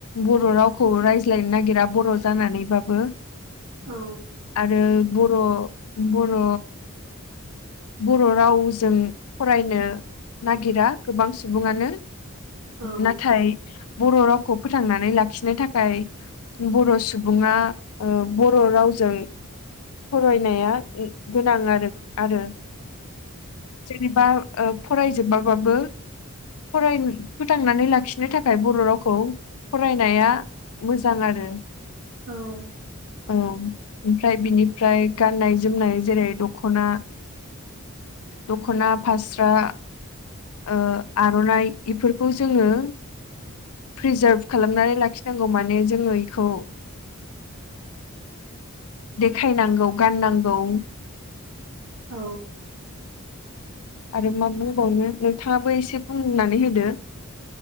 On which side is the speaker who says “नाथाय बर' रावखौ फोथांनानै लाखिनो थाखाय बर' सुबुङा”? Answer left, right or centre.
Left